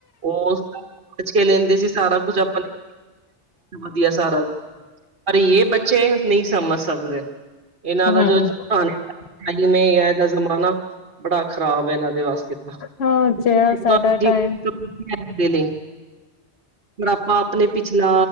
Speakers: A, on the right; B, on the left.
A: ਉਹ ਪੁੱਛ ਕੇ ਲੈਂਦੇ ਸੀ ਸਾਰਾ ਕੁਛ ਆਪਣੇ <inaudible> ਸਾਰਾ ਪਰ ਜੇ ਬੱਚੇ ਨਹੀਂ ਸਮਝ ਸਕਦੇ ਇਹਨਾਂ
B: ਹਮ
A: ਦਾ
B: ਹਮ
A: ਜੋ <unintelligible> ਇਹ ਦਾ ਜ਼ਮਾਨਾ ਬੜਾ ਖ਼ਰਾਬ ਐ ਇਹਨਾਂ ਦੇ ਵਾਸਤੇ ਤਾਂ
B: ਹਾਂ
A: <unintelligible>
B: ਜਿਹੜਾ ਸਾਡਾ ਟਾਈਮ
A: ਲਈ ਪਰ ਆਪਾਂ ਆਪਣੇ ਪਿਛਲਾ